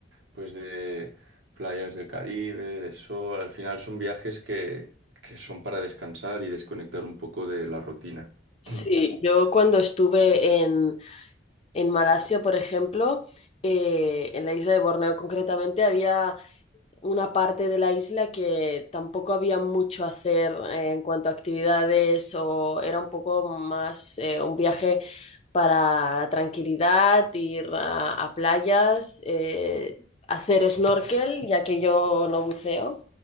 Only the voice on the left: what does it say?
Sí,
yo cuando estuve en, en Malasia, por ejemplo, eh, en la isla de Borneo concretamente, había una parte de la isla que tampoco había mucho hacer eh, en cuanto a actividades o era un poco más eh, un viaje para la tranquilidad, ir a, a playas, eh, hacer snorkel, ya que yo no buceo.